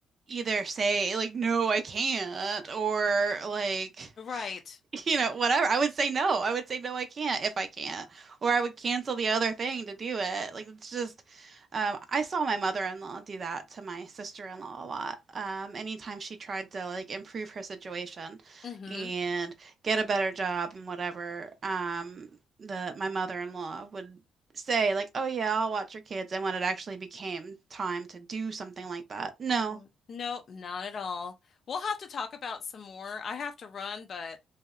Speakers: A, on the right; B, on the left.
A: either say like no, I can't or like
B: Right.
A: <laughs> you know, whatever. I would say no. I would say no, I can't if I can't. Or I would cancel the other thing to do it. Like it's just um I saw my mother-in-law do that to my sister-in-law a lot. Um anytime she tried to like improve her situation
B: Mm-hmm.
A: and get a better job and whatever, um the my mother-in-law would say like, "Oh yeah, I'll watch your kids." And when it actually became time to do something like that, no.
B: Well, Nope, not at all. We'll have to talk about some more. I have to run, but